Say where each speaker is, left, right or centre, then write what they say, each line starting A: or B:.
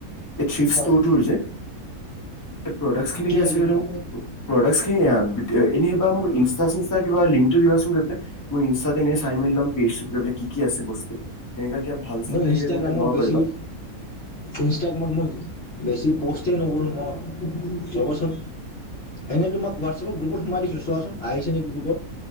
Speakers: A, on the left (about 20°); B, on the left (about 55°).
A: এই চি
B: হয়
A: ষ্টোৰ টোৰ যে এই প্ৰডাক্ট খিনি
B: কি
A: যে
B: লাগিব
A: আ
B: তোমাক
A: প্ৰডাক্ট সেয়া এনেইবা মোক ইনষ্টা চিনষ্টা কিবা লিংকটো দাচোন গৈ পেলাই মই ইনষ্টাত এনেই চাই মেলি লম পেছটোত গৈ পিলে কি কি আছে বস্তু তেনেকা কিবা ভাল চাল
B: মই
A: লাগিলে
B: ইনষ্টাগ্ৰামত
A: তেনেকা ল'ব
B: বেছি
A: পাৰিবা
B: ইনষ্টাগ্ৰামত মই বেছি প'ষ্টেই নকৰোঁ মই ৰ'বচোন এনেই তোমাক হোৱাটছপত গ্ৰুপত সোমাই দিছো চোৱাচোন আহিছে নেকি গ্ৰুপত